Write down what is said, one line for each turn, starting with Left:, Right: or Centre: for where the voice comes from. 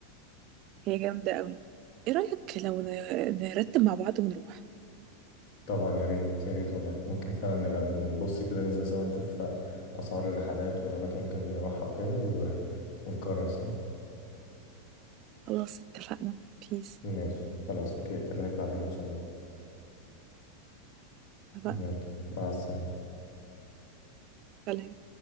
Right: هي جامده قوي ايه رايك لو ن- نرتب مع بعض ونروح
Left: طبعا يا ريت يا ريت والله ممكن فعلا نبقى نبص كده ننزل سوا نشوف أسعار الرحلات والأماكن اللي ممكن نروحها وكده و... ونقرر سوا
Right: خلاص اتفقنا بيس
Left: ماشي خلاص أوكي أكلمك بعدين إن شاء الله
Right: اتفقنا
Left: يلا مع السلامة
Right: سلام